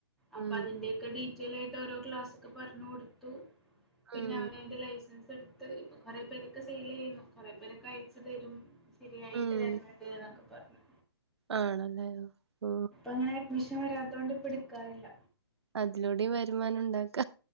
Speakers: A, in the centre; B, on the right.
A: അപ്പ
B: ഉം
A: അതിന്റെ. ക്കെ ഡീറ്റെൽ ആയിട്ട് ഓരോ ക്ലാസ് ഒക്കെ പറ്ഞ്ഞ് കൊട്ത്തു പിന്നെ
B: ഉം
A: അവരതിന്റെ ലൈസൻസ് എട് അ് ഇപ്പം കൊറെ പേരൊക്കെ സെയില് ചെയ്യ്ന്നു കൊറെ പേരൊക്കെ അയച്ച് തരും. ശരിയായിട്ട്
B: ഉം
A: വര്ന്ന്ണ്ട് എന്നൊക്കെ പറ്ഞ്ഞ്.
B: ആണല്ലേ ഓ
A: അങ്ങനെ അഡ്മീ ൻ വരാത്തോണ്ട് ഇപ്പട്ക്കാറില്ല.
B: അതിലൂടിം വരുമാനം ഉണ്ടാക്ക